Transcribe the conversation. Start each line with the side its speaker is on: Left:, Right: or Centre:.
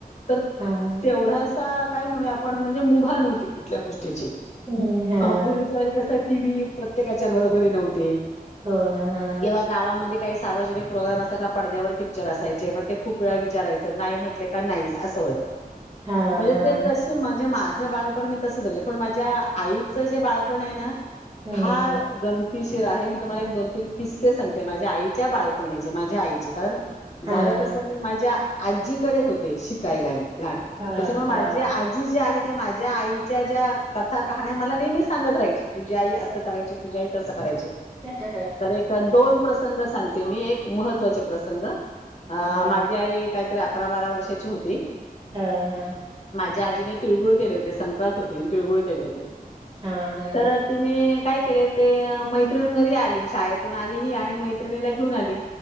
Left: तर
Right: हां.
Left: तेवढाच- काय म्ह आपण म्हणजे मुभा न होती कुठल्या गोष्ट-
Right: हं, हां.
Left: पूर्वीच्या व कस टी व्- प्रत्येकाच्या घरोघरी नव्हते.
Right: हो ना हा
Left: किंवा गावामध्ये काही सार्वजनिक प्रोग्रम असात का पडद्यावर- पिक्चर असायचे मग ते खूप वेळा विचारायचं नाही म्हटले का नाही असं होतं.
Right: हां,
Left: म्हणजे
Right: हां.
Left: ते तशी म्हणजे माझी- माझ बाळपण मी तस जगले पण माझ्या आईचं जे बाळपण जे हे ना
Right: हं,
Left: हा
Right: हं.
Left: गम- ति शिर आहे मी तुम्हाला एक दोन तीन किस्से सांगते माझ्या आईच्या बाळपणीचे माझ्या आईचे तर -
Right: हां,
Left: झालं
Right: हां.
Left: कस मी माझ्या- आजीकडे होते शिकायला मी. लान
Right: हां,
Left: त्याच्या मग
Right: हां.
Left: माझी आजी जे आहे- त्या माझ्या आईच्या ज्या कथा कहाण्या मला नेहमी सांगत राहायची. तुझ्याई असं
Right: हां,
Left: करायच तुझ्या- तसं करायचे-
Right: हां,
Left: तर एक दोन प्रसंग सांगते. ते मी एक महत्त्वाचे प्रसंग- आ
Right: हां.
Left: माझी आई- काहीतरी अकरा बारा वर्षाची होती.
Right: हा हा
Left: ज्याजीने तळगुळ केले होते संक्रांत होतीने तिळगुळ केले होते
Right: हां, हां.
Left: तर तिने काय केले ते मैत्रिण घरी आली शाळेतून आली ही आणि मैत्रिणीला घेऊन आली